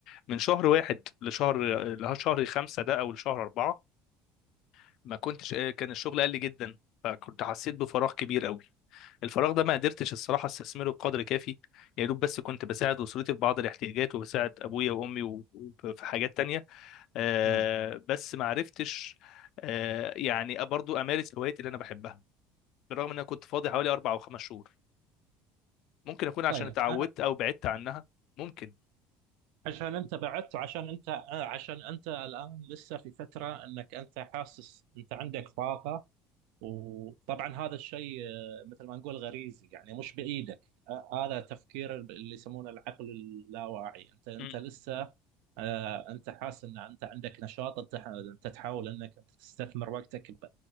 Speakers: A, on the left (about 55°); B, on the right (about 85°).
A: من شهر واحد لشهر لشهر خمسة ده أو لشهر أربعة ما كنتش آه، كان الشغل قل جدا فكنت حسيت بفراغ كبير قوي الفراغ ده ما قدرتش الصراحه استثمره بقدر كافي يا دوب بس كنت بساعد اسرتي في بعض الاحتياجات وبساعد ابويا وامي و- وفي حاجات تانية آه،
B: نعم
A: بس ما عرفتش آه، يعني برضو امارس هوايتي اللي انا بحبها بالرغم ان انا كنت فاضي حوالي اربع او خمس شهور ممكن اكون عشان
B: طيب
A: اتعودت
B: انا
A: او بعدت عنها ممكن
B: عشان انت بعدت وعشان انت آه، عشان انت الان لسه في فترة انك انت حاسس انت عندك طاقة وطبعا هذا الشيء آه، مثل ما نقول غريزي يعني مش بايدك آه، هذا تفكير اللي يسمونه العقل اللاواعي انت انت
A: <laughs>
B: لسه آه، انت حاسس ان انت عندك نشاط انت انت تحاول انك انت تستثمر وقتك ب-